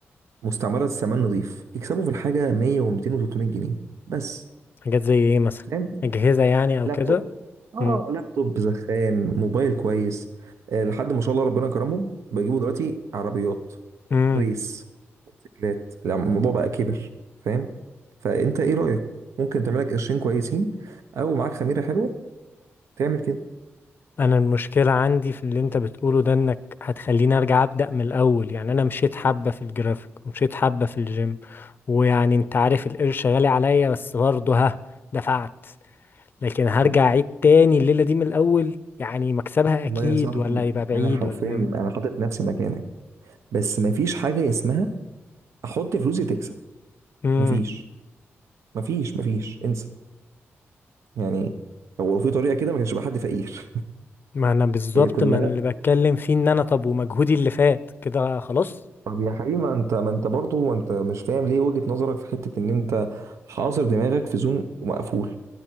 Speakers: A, on the right; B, on the left.
A: مستعمرة سامان نظيف يكسبوا في الحاجة 100 و200 و300 جنيه بس
B: حاجات زي ايه مثلا
A: فاهم
B: اجهزة يعني او
A: لابتوب
B: كده
A: اه
B: امم
A: لابتوب زخان موبايل كويس آه لحد ما شاء الله ربنا كرمهم بيجيبوا دلوقتي عربيات
B: امم
A: ريس موتوسيكلات لا، الموضوع بقى كبر فاهم فانت ايه رأيك ممكن تعمل لك قرشين كويسين او معاك خميرة حلوة تعمل كده
B: انا المشكلة عندي في اللي انت بتقوله ده انك هتخليني ارجع ابدأ من الاول يعني انا مشيت حبة في الجرافيك ومشيت حبة في الجيم ويعني انت عارف القرش غالي عليا بس برضه ها دفعت لكن هرجع
A: طب
B: اعيد تاني الليلة دي من الاول يعني مكسبها اكيد
A: والله يا صاحبي
B: ولا هيبقى بعيد
A: انا حرفيا
B: ولا ايه
A: انا حاطط نفسي مكانك بس مفيش حاجة اسمها احط فلوسي تكسب
B: امم
A: مفيش مفيش مفيش انسى يعني هو لو في طريقه كده ما كانش بقى حد فقير
B: ما انا بالظبط
A: <laughs> هي كلها
B: ما أنا اللي بتكلم فيه ان انا طب ومجهودي اللي فات كده خلاص
A: طب يا حبيبي ما انت ما انت برضه ما انت مش فاهم ليه وجهه نظرك في حته ان انت حاصر دماغك في زون مقفول